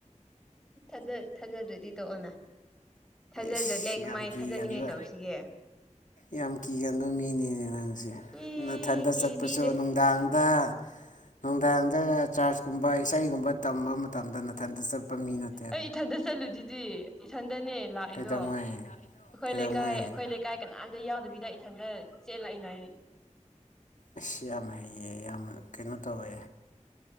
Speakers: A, in the centre; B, on the left.
A: ꯊꯥꯖ ꯊꯥꯖꯗ꯭ꯔꯗꯤ ꯇꫭꯛꯎꯅ ꯊꯥꯖꯗ꯭ꯔꯗꯤ
B: ꯏꯁ
A: ꯑꯩ
B: ꯌꯥꯝ
A: ꯀꯃꯥꯏ
B: ꯀꯤꯒꯟꯕ
A: ꯊꯥꯖꯅꯤꯡꯉꯥꯏ ꯇꯧꯁꯤꯒꯦ
B: ꯌꯥꯝ ꯀꯤꯒꯟꯕ ꯃꯤꯅꯤꯅꯦ ꯅꯪꯁꯦ
A: ꯑꯦ
B: ꯅꯊꯟꯇ
A: ꯀꯤꯕꯤꯗꯦ
B: ꯆꯠꯄꯁꯨ ꯅꯨꯡꯗꯥꯡꯗ ꯅꯨꯡꯗꯥꯡꯗ ꯆꯥꯔꯁꯀꯨꯝꯕ ꯏꯁꯩꯒꯨꯝꯕ ꯇꯝꯕ ꯃꯇꯝꯗ ꯅꯊꯟꯇ ꯆꯠꯄ ꯃꯤꯅꯠ
A: ꯑꯩ ꯏꯊꯟꯗ ꯆꯠꯂꯤꯗꯨꯗꯤ ꯏꯊꯟꯗꯅꯦ ꯂꯥꯛꯏꯗꯣ
B: ꯀꯩꯗꯧꯉꯩ
A: ꯑꯩꯈꯣꯏ
B: ꯀꯩꯗꯧꯉꯩ
A: ꯂꯩꯀꯥꯏ ꯑꯩꯈꯣꯏ ꯂꯩ ꯒꯥꯏ ꯀꯅꯥꯝꯇ ꯌꯥꯎꯗꯕꯤꯗ ꯏꯊꯟꯇ ꯆꯦꯜꯂꯛꯏꯅ
B: ꯑꯁ ꯌꯥꯝ ꯍꯩꯌꯦ ꯌꯥꯝ ꯀꯩꯅꯣ ꯇꯧꯋꯦ